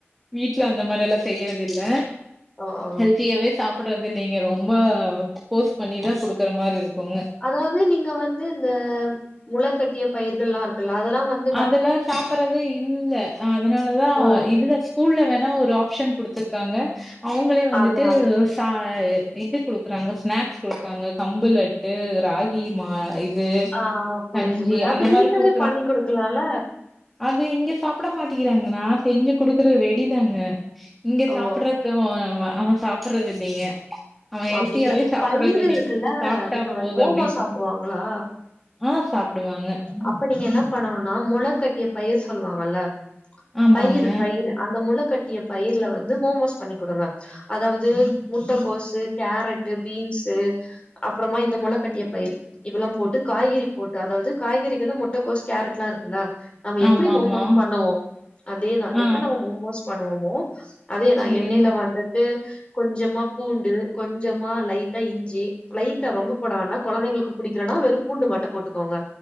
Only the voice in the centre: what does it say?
வீட்ல அந்த மாரியெல்லா செய்யிறதில்ல
ஹெல்தியாவே சாப்புட்றதில்லைங்க ரொம்ப ஃபோஸ் பண்ணிதா குடுக்குற மாரி இருக்குங்க
அதுல சாப்புறது இல்ல அ அதுனாலதா
இதுல ஸ்கூல்ல வேணா ஒரு ஆப்ஷன் குடுத்துரு க்காங்க அவுங்களே வந்துட்டு
தா எ இது குடுக்குறாங்க ஸ்நாக்ஸ் குடுக்குறாங்க கம்பு லட்டு ராகி மா இ து
கஞ்சி
அந்த
மாரி குடு
அது இங்க சாப்புட மாட்டிக்கிறாங்க நா செஞ்சு குடுக்குற ரெடிதாங்க இங்க
சாப்புட்றக்கு அவெ சாப்புறதில்லைங்க அவெ எல்த்தியாவே
சாப்புர்றதில்லைங்
சாப்ட்டா
போது
அப்டின்
ஆ சாப்டுவாங்க
ஆமாங்க
ஆமா
ஆமா
ஆ
செரி